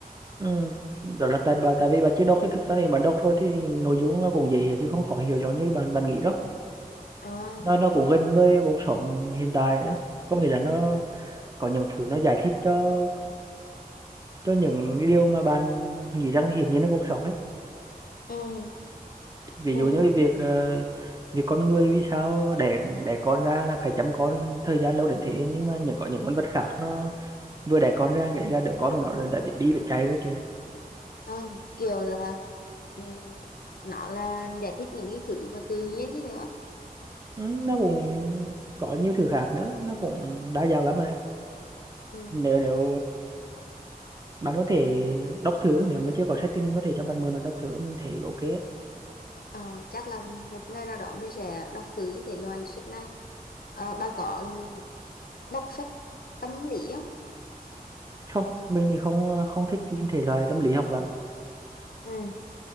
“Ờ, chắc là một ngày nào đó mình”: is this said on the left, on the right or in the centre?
Left